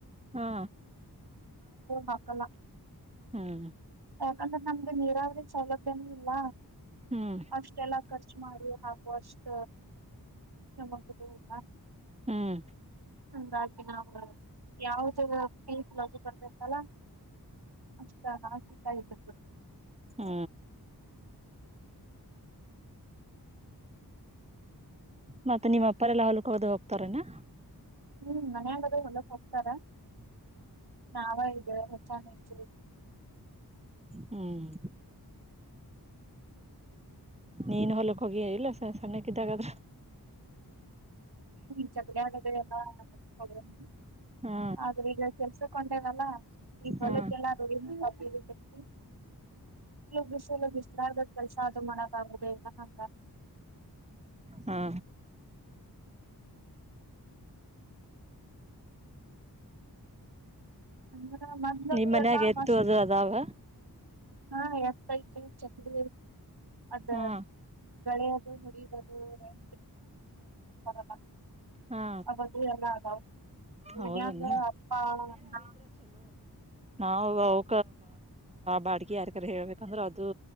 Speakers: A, on the right; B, on the right.
A: ಹಾ
B: ನಾ ಕಲ
A: ಹ್ಮ್
B: ಯಕಂದ ತ ನೀರಾವ ಸೌಲಭ್ಯನ ಇಲ್ಲ
A: ಹ್ಮ್
B: ಅಷ್ಟೆಲ್ಲಾ ಖರ್ಚು ಮಾಡಿ ಹಾಕ ಕಷ್ಟ ನಮಕ್ ಇದು ಇಲ್ಲ
A: ಹ್ಮ್
B: ಹಾಗಾಗಿ ನಾವು ಯಾವ್ದ ಪಡ್ತತಲ್ಲ ಅಷ್ಟ ಇ್ದತ
A: ಹ್ಮ
B: <unintelligible>
A: ಮತ್ತೆ ನಿಮ್ಮ ಅಪ್ಪರೆಲ್ಲಾ ಹೊಲ್ಕಳದ ಹೋಗ್ತಾರನಾ
B: ಹ್ಮ್ ಮನ್ ಆಾಗದೆ ಹೊಳ್ಳಕ್ಕೆ ಹೋಗ್ತಾರ ನಾವ ಇದು ಹೆ ಚ ಹೆಚ್ಚ
A: ಹ್ಮ್ ನೀನ್ ಹೊಲಕ್ ಹೋಗಿಯ ಇಲ್ಲ ಸ ಸಣ್ಣಕ್ಿದ್ದಾಗಾದ್ರ
B: <unintelligible>
A: ಹಾ
B: ಆದ್ರೆ ಈಗ ಕೆಲ್ಸ ಕೊಂಡೇವಲ್ಲ ಈ ಹೊಲಲ್ಲಡಿ
A: ಹಾ
B: ಹ್ಮ ಬಿಸಿಲು ಬಿಸಿಲು ಬಿಸಲಾಗ್ ಕೆಲ್ಸ ಆದ್ರ ಮ ತೌದ ಇಲ್ಲ ಹ
A: ಹಾ
B: ಹ್ಮ ಅ ಮದಲವೆ
A: ನಿಮ್ ಮನ್ಯಾಗ
B: ಎಲ್ಲಾ
A: ಎತ್ತು
B: ಮಸ್್ಮ
A: ಅದು ಅದಾವ
B: ಹಾ ಆತ ಇತ ಚಕಡಿ ಇಐ ಅದ
A: ಹಾ
B: ಳೆದು ಹುಡಿದದುಂ ಹರ
A: ಹಾ
B: ಅದು ಎಲ್ಲ ಆಗಾಂಗ
A: ಹೌದನ
B: ಅಪ್ಪಾ ಅ್ಣ
A: ನಾವು ಬಾಡಿಗೆ ಯಾರ ಕರೆ ಹೇಳ್ಬೇಕಂದ್ರೆ ಅದು